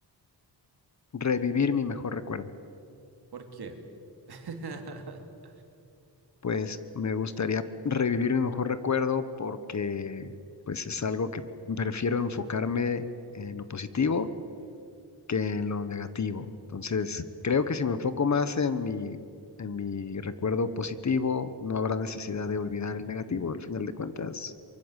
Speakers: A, on the left; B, on the right.
A: revivir mi mejor recuerdo.
B: ¿Por qué? <laughs>
A: Pues me gustaría revivir mi mejor recuerdo porque pues es algo que prefiero enfocarme en lo positivo que en lo negativo. Entonces, creo que si me enfoco más en mi, en mi recuerdo positivo, no habrá necesidad de olvidar el negativo. Al final de cuentas,